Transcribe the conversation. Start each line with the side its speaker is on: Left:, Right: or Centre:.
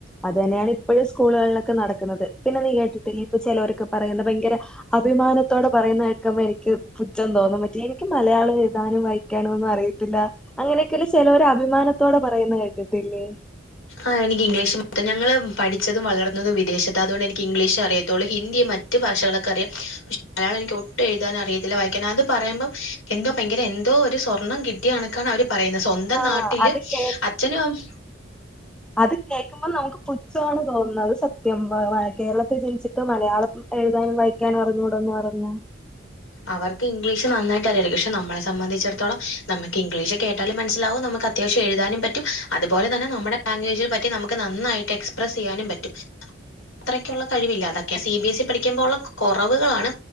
Centre: അത് തന്നെയാണ് ഇപ്പോഴും സ്കൂളുകളിലൊക്കെ നടക്കുന്നത് പിന്നെ നീ കേട്ടിട്ടില്ലേ ഇപ്പോ ചിലവരൊക്കെ പറയുന്ന ഭയങ്കരെ അഭിമാനത്തോടെ പറയുന്നേകേക്കുമ്പോ എനിക്ക് പുച്ഛം തോന്നും മറ്റേ എനിക്ക് മലയാളം എഴുതാനും വായിക്കാനും ഒന്നും അറിയ ത്തില്ല അങ്ങനെയൊക്കെ ചിലർ അഭിമാനത്തോടെ പറയുന്നേ കേട്ടിട്ടില്ലേ
Left: ആഹ് എനിക്ക് ഇംഗ്ലീഷ് ഞങ്ങള് പഠിച്ചത് വളർന്നതും വിദേശത്ത് ആ അതുകൊണ്ട് എനിക്ക് ഇംഗ്ലീഷ് അറിയത്തുള്ളൂ ഹിന്ദി മാ മറ്റു ഭാഷകളൊക്കെ അറിയാം പക്ഷേ മലയാളം എനിക്ക് ഒട്ടും എഴുതാൻ അറിയത്തില്ല വായിക്കാൻ അത് പറയുമ്പോം എന്തോ ഭയങ്കര എന്തോ ഒരു സ്വർണം കിട്ടിയ കണക്കാണ് അവര് പറയുന്നത് സ്വന്തം
Centre: ആഹ്
Left: നാട്ടില്
Centre: അത് കേ
Left: അച്ഛന് അമ്
Centre: അത് കേൾക്കുമ്പോ നമുക്ക് പുച്ഛ മാണ് തോന്നുന്നത് അത് സത്യം കേരളത്തിൽ ജനിച്ചിട്ട് മലയാളം എഴുതാനും വായിക്കാനും അറിഞ്ഞൂടോന്ന് പറഞ്ഞ
Left: അവർക്ക് ഇംഗ്ലീഷ് നന്നായിട്ട് അറിയരിക്കും പക്ഷെ നമ്മളെ സംബന്ധിച്ചിടത്തോളം നമുക്ക് ഇംഗ്ലീഷ് കേട്ടാലും മനസിലാവും നമുക്ക് അ അത്യാവശ്യം എഴുതാനും പറ്റും അതുപോലെ തന്നെ നമ്മുടെ ലാംഗ്വേജിന് പറ്റി നമുക്ക് നന്നായിട്ട് എക്സ്പ്രസ്സ്‌ ചെയ്യാനും പറ്റും അത്രക്കുള്ള കഴിവില്ല അതൊക്കെ സി ബി എസ് ഇ പഠിക്കുമ്പോള്ള കുറവുകളാണ്